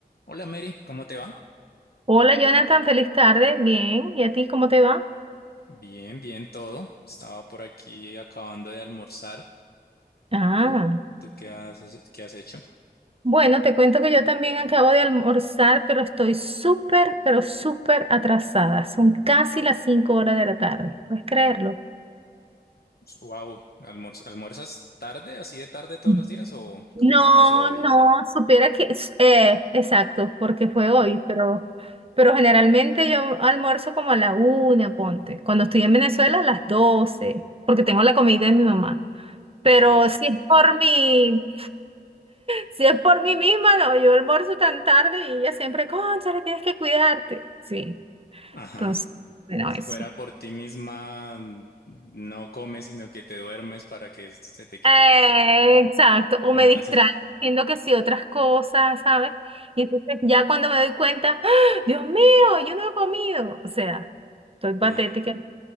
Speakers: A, on the left; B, on the right.
A: Hola Mary, ¿cómo te va?
B: Hola Jonathan, feliz tarde. Bien, ¿y a ti cómo te va?
A: Bien, bien todo. Estaba por aquí acabando de almorzar.
B: Ah,
A: ¿Y tú? ¿Tú qué has, qué has hecho?
B: bueno, te cuento que yo también acabo de almorzar, pero estoy súper, pero súper atrasada. Son casi las 5 horas de la tarde, ¿puedes creerlo?
A: Wow, ¿almuerzas tarde, así de tarde todos
B: Mm.
A: los días o,
B: No,
A: o qué pasó hoy?
B: no, supiera que, s- eh, exacto, porque fue hoy, pero, pero generalmente yo almuerzo como a la una, ponte. Cuando estoy en Venezuela a las 12 porque tengo la comida de mi mamá. Pero
A: Ok.
B: si es por mí, Si es por mí misma, no, yo almuerzo tan tarde y ella siempre, cónchale, tienes que cuidarte. Sí,
A: Ajá.
B: entonces, bueno,
A: Si
B: eso.
A: fuera por ti misma, no comes, sino que te duermes para que se te quite.
B: Eh, exacto, o
A: ¿Cómo
B: me distraigo
A: hace?
B: diciendo que sí otras cosas, ¿sabes? Y entonces ya cuando me doy cuenta, ¡Ah! Dios mío, yo no he comido. O sea, estoy patética.
A: Ah.